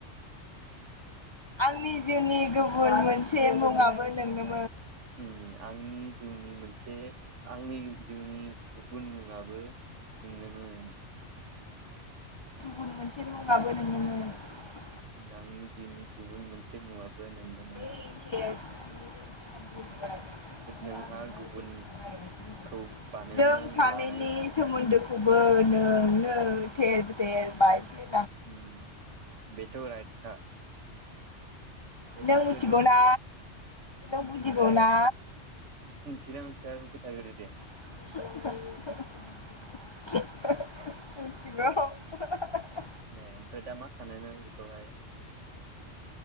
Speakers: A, on the left; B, on the right.
A: आंनि जिउनि गुबुन मोनसे मुुंङाबो नोंनोमोन।
B: ओम आंनि जिउनि मोनसे आंनि जिउनि गुबुन मुंङाबो नोंनोमोन।
A: <unintelligible>
B: आंनि जिउनि गुबुन मोनसे मुंआबो नोंनोमोन।
A: एस <unintelligible>
B: नोंहा गुबुनखौ बानायना
A: जों सानैनि
B: लानाय
A: सोमोन्दोखौ बो नों नो थेरबेथेर बायग्लि
B: ओं बेथ' राइटखा। एसे
A: नों मिथिगौना नों बुजिगौ ना।
B: ओआं मोनथिया बेखौ खोनथा ग्रो दे।
A: <unintelligible>
B: ए ओमफ्राय दा मा सानो नों बेखौहाय?